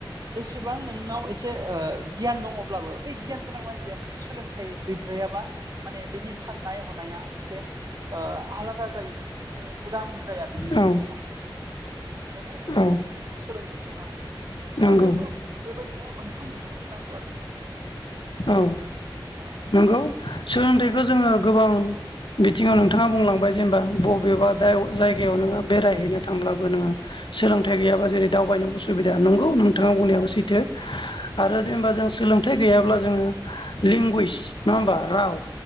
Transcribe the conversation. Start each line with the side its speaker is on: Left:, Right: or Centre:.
Right: जेसेबां नोंनाव एसे ओ गियान दङब्लाबो बै गियान गोनां मानसिया माने सोलोंथाइ गैद्राया बा माने बिनि साननाय हनाया एसे ओ आलादा जायो माने ओ उदां जाया बिनि मोनसे
Left: औ
Right: साननाया ओ बेनि खायनो जोंनो
Left: औ
Right: सोलोंथाइखौ नांगौ सोलोंथाइखौ
Left: नंगौ
Right: बेबायदिनो मोनफ्रोम बिथिङावबो नांगौ आरो नोंथां।
Left: औ
Right: औ
Left: नंगौ सोलोंथाइखौ जोङो गोबां बिथिङाव नोंथाङा बुंलांबाय जेनेबा बबेबा दा जायगायाव नोङो बेरायहैनो थांब्लाबो नोङो सोलोंथाइ
Right: औ
Left: गैयाबा जेरै दावबायनो उसुबिदा नंगौ नोंथाङा बुंनायाबो सैथो। आरो
Right: उम
Left: जेनेबा जों सोलोंथाइ गैयाब्ला जोङो लेंगुवेज नङा होमबा राव।